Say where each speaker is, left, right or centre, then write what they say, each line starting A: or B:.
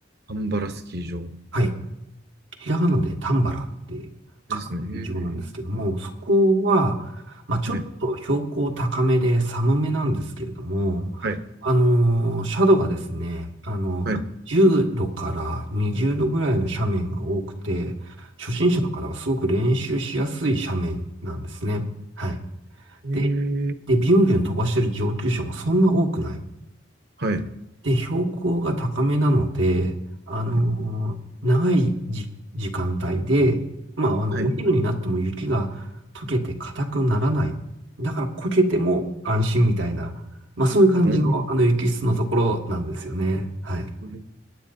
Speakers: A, on the right (about 60°); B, on the right (about 80°).
A: アンバラスキー場
B: はい。ひらがなでタンバラって書く劇場なんですけども、
A: ですね。へー
B: そこは、まあ、ちょっと標高高めで寒めなんですけれども、
A: はい、はい、
B: あのー、斜度がですね、あの、
A: はい。
B: 10度から20度ぐらいの斜面が多くて、初心者の方がすごく練習しやすい斜面なんですね。
A: うん
B: はい。
A: えー、
B: で、で、ビュンビュン飛ばしてる上級者もそんな多くない。
A: はい。
B: で、標高が高めなので、あの長いじ時間帯で、
A: はい
B: まあ、あの、
A: はい。
B: お昼になっても雪が溶けて硬くならない。だから、こけても安心みたいな、まあ、そういう感じの、
A: なる
B: あの、雪質のところなんですよね。はい。
A: ほど。